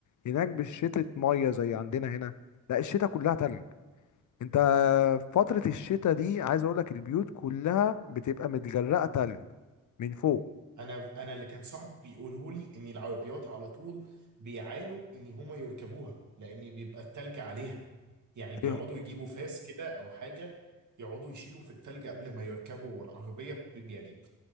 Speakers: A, on the left (about 70°); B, on the right (about 65°).
A: هناك مش شتاء ميه زي عندنا هنا لا الشتاء كلها تلج انت في فترة الشتاء دي عايز اقول لك البيوت كلها بتبقى متجرقة تلج من فوق
B: انا انا اللي كان صاحبي بيقوله لي ان العربيات على طول بيعانوا ان هما يركبوها لان بيبقى التلج عليها يعني بيقعدوا
A: ايوه
B: يجيبوا فاس كده او حاجه يقعدوا يشيلوا في التلج قبل ما يركبوا العربيه ب- يعني